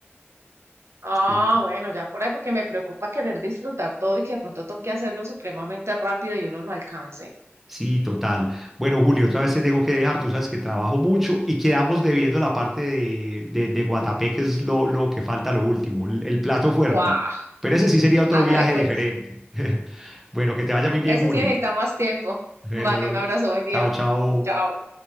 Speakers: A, on the right (about 80°); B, in the centre.
A: Ah,
B: Sí,
A: bueno, ya por ahí porque me preocupa querer disfrutar todo y que de pronto toque hacerlo supremamente rápido y uno no alcance.
B: sí, total. Bueno, Julio, otra vez te tengo que dejar, tú sabes que trabajo mucho y quedamos debiendo la parte de, de, de Guatapé, que es lo, lo que falta, lo último, el, el plato fuerte.
A: ¡Guau!
B: Pero ese sí sería otro
A: Hágale
B: viaje
A: pues.
B: diferente. <laughs> Bueno, que te vaya muy bien,
A: Ese
B: Juli.
A: sí necesita más tiempo.
B: Pero,
A: Vale, un abrazo, buen día.
B: chao, chao.
A: Chao.